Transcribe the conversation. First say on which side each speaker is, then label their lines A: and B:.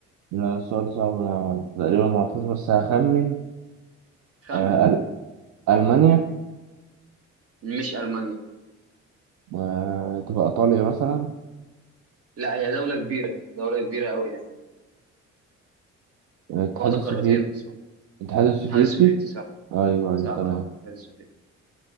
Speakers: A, on the right (about 70°); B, on the right (about 50°).
A: لا سؤال صعب أنا تقريبا معرفوش بس هخمن
B: خمن
A: آه، أل- ألمانيا
B: مش ألمانيا
A: آه، تبقى إيطاليا مثلا
B: لا هي دولة كبيرة دولة كبيرة أوي يعني
A: الاتحاد
B: واخدة
A: السوفيتي
B: قارتين أصلا
A: الاتحاد السوفيتي
B: الاتحاد السوفيتي صح
A: أيوة
B: صح
A: أيوة تمام
B: صح الاتحاد السوفيتي